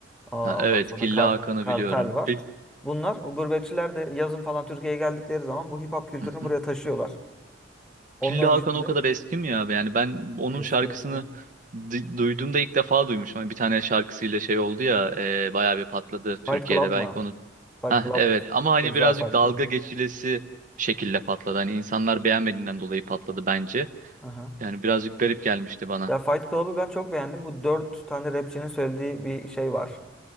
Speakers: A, in the centre; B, on the right.
A: Aa,
B: Ha, evet
A: Ondan sonra
B: Killa
A: kar-
B: Hakan'ı
A: kartel
B: biliyorum.
A: var.
B: Bi-
A: Bunlar o gurbetçiler de yazın falan Türkiye'ye geldikleri zaman bu hip hop kültürünü
B: Hı hı.
A: buraya taşıyorlar. Onun
B: Killa
A: öncesi
B: Hakan o
A: de
B: kadar eski mi ya? Yani ben onun
A: Eski
B: şarkısını
A: eski.
B: di- duyduğumda ilk defa duymuşum. Hani bir tane şarkısıyla şey oldu ya e, bayağı bir patladı
A: Fight
B: Türkiye'de
A: Club
B: belki
A: mı?
B: onu
A: Fight
B: Ha
A: Club.
B: evet ama hani
A: Ceza
B: birazcık
A: Fight
B: dalga
A: Club.
B: geçilesi şekilde patladı. Hani insanlar beğenmediğinden dolayı patladı bence.
A: Aha.
B: Yani birazcık garip gelmişti bana.
A: Ya Fight Club'ı ben çok beğendim. Bu dört tane rapçinin söylediği bir şey var.